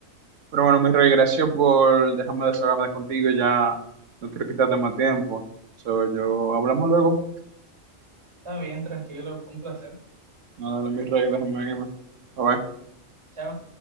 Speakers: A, on the right; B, on the right.
A: Pero bueno, mi rey, gracias por dejarme desahogarme contigo. Ya no quiero quitarte más tiempo. So, yo hablamos luego.
B: Está bien, tranquilo, fue un placer.
A: Nada, mi rey, déjame irme. Bye, bye.
B: Chao.